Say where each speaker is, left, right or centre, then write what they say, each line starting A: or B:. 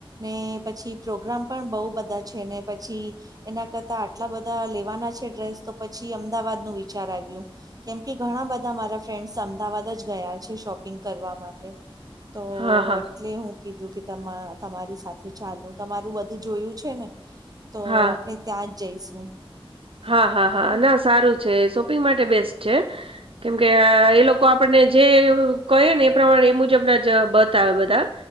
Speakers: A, on the right; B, on the right.
A: ને પછી પ્રોગ્રામ પણ બહુ બધા છે ને પછી એના કરતા આટલા બધા લેવાના છે ડ્રેસ તો પછી અમદાવાદ નું વિચાર આવ્યું કેમ કે ઘણા બધા મારા ફ્રેન્ડ અમદાવાદ જ ગયા છે શોપિંગ કરવા માટે તો
B: હા હા
A: એટલે હું કીધું કે તમા તમારી સાથે ચાલું તમારું બધું જોયું છે ને તો
B: હા
A: આપણે ત્યાં જ જઈશું
B: હા હા
A: બરાબર
B: હા ના સારું છે શોપિંગ માટે બેસ્ટ છે કેમ કે એ લોકો આપડને જે કહી ને એ પ્રમાણે એ મુજબ ના જ બત આવે બધા